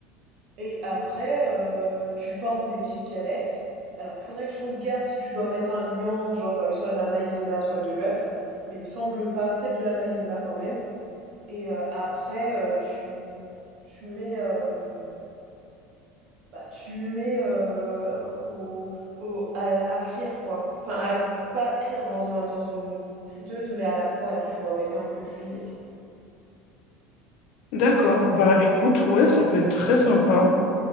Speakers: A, on the right; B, on the left.
A: Et après, euh, tu formes des petites galettes. Alors, faudrait que je regarde si tu dois mettre un liant, genre euh, soit de la maïzena, soit de l'œuf. Mais il me semble pas, peut-être de la maïzena quand même. Et euh, après, euh, tu, tu mets, euh, bah, tu mets heu, au au à à frire quoi. Enfin à pas à frire dans un dans une friteuse, mais à la poêle, tu vois? Avec un peu d'huile et tout.
B: d'accord. Bah écoute, ouais, ça peut être très sympa.